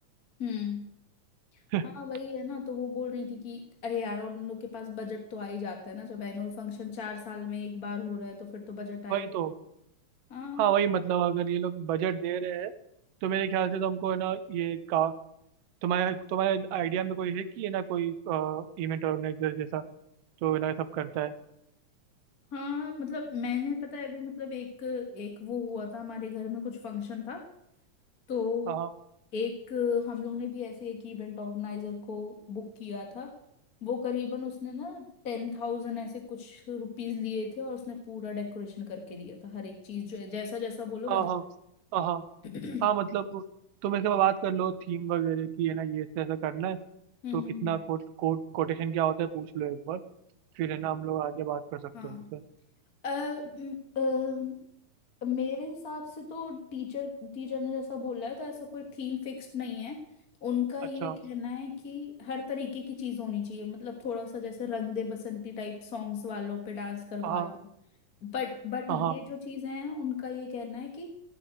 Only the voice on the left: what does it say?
हम्म
हाँ वही है ना तो वो बोल रही थी कि अरे यार और उन लोग के पास बजट तो आ ही जाता है ना जब एनुअल फंक्शन चार साल में एक बार हो रहा है तो फिर तो बजट आए
हाँ
हाँ मतलब मैंने पता है अभी मतलब एक एक वो हुआ था हमारे घर में कुछ फंक्शन था तो
एक हम लोग ने भी ऐसे एक इवेंट ऑर्गेनाइजर को बुक किया था वो करीबन उसने ना टेन थाउजेंड ऐसे कुछ रुपीज लिए थे और उसने पूरा डेकोरेशन करके दिया था हर एक चीज जो है जैसा जैसा बोलो वैसा
<clears throat>
हम्म
हम्म
हम्म,
हाँ
अ, म- अ, मेरे हिसाब से तो टीचर टीचर ने जैसा बोला है तो ऐसा कोई थीम फिक्स्ड नहीं है उनका ये
कहना है कि हर तरीके की चीज होनी चाहिए मतलब थोड़ा सा जैसे रंग दे बसंती टाइप सॉन्ग्स वालों पे डांस करवा
लो बट बट
ये
जो चीजें हैं उनका ये कहना है कि